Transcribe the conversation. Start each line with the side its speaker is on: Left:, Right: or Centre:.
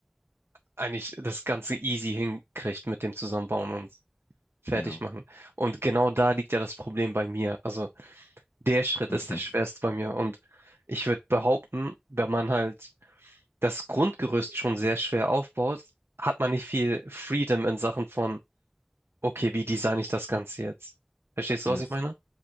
Right: eigentlich das Ganze easy hinkriegt mit dem Zusammenbauen und fertig
Left: Ja.
Right: machen. Und genau da liegt ja das Problem bei mir. Also der Schritt
Left: Okay.
Right: ist der schwerste bei mir. Und ich würde behaupten, wenn man halt das Grundgerüst schon sehr schwer aufbaut, hat man nicht viel Freedom in Sachen von, okay, wie designe ich das Ganze jetzt? Verstehst du,
Left: Yes.
Right: was ich meine?